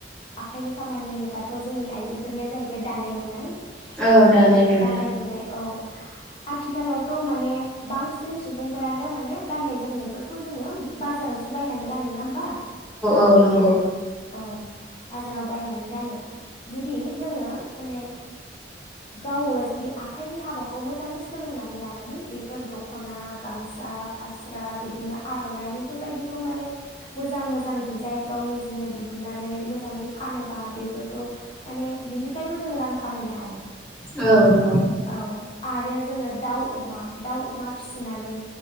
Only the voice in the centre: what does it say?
औ
लुनायाव
औ नंगौ
औ